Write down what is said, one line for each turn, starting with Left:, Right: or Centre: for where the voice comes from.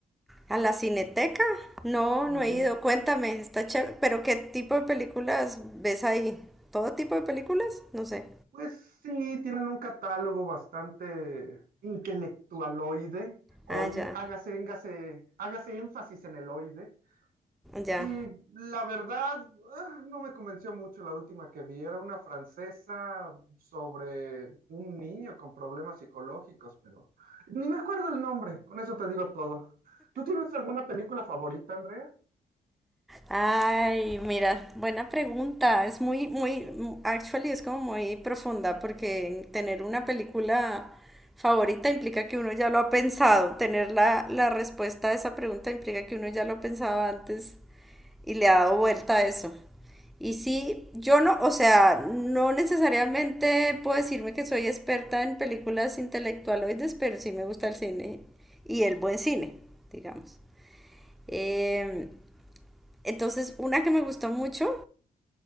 Centre: ¿A la Cineteca? No,
Right: Ujú.
Centre: no he ido. Cuéntame, está chévere. ¿Pero qué tipo de películas ves ahí? ¿Todo tipo de películas? No sé.
Right: Pues sí, tienen un catálogo bastante intelectualoide. Hoy
Centre: Ah, ya,
Right: hágase, éngase- hágase énfasis en el oide.
Centre: ya.
Right: Y la verdad, ah, no me convenció mucho la última que vi. Era una francesa sobre un niño con problemas psicológicos, pero ni me acuerdo el nombre. Con eso te digo todo. ¿Tú tienes alguna película favorita, Andrea?
Centre: Ay, mira, buena pregunta. Es muy, muy, actually es como muy profunda porque tener una película favorita implica que uno ya lo ha pensado. Tener la, la respuesta a esa pregunta implica que uno ya lo pensaba antes y le ha dado vuelta a eso. Y sí, yo no, o sea, no necesariamente puedo decirme que soy experta en películas intelectualoides, pero sí me gusta el cine y el buen cine, digamos. Em, entonces, una que me gustó mucho